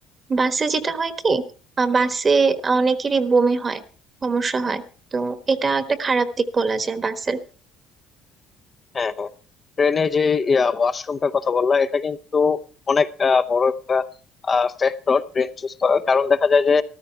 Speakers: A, on the right; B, on the left.
A: বাসে যেটা হয় কি আহ, বাসে অনেকেরই বমি হয় সমস্যা হয় তো এটা একটা খারাপ দিক বলা যায় বাসের
B: হ্যাঁ হ্যাঁ ট্রেনে যে ওয়াশরুমটার কথা বললা এটা কিন্তু অনেক আহ, বড় একটা ফ্যাক্টর ট্রেন চুজ করার কারণ দেখা যায় যে